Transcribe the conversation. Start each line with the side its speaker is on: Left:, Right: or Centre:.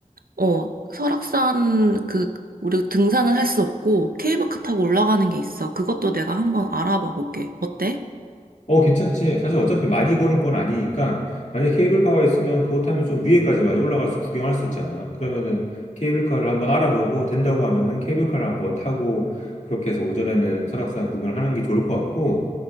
Right: 어, 설악산 그 우리 등산을 할 수 없고 케이블카 타고 올라가는 게 있어. 그것도 내가 한번 알아봐 볼게. 어때?
Left: 어, 괜찮지. 사실 어차피 많이 걸을 건 아니니까 만약에 케이블카가 있으면 그것 타면 좀 위에까지 많이 올라가서 구경할 수 있잖아. 그러면은 케이블카를 한번 알아보고 된다고 하면은 케이블카를 한번 타고 그렇게 해서 오전에는 설악산 구경을 하는 게 좋을 것 같고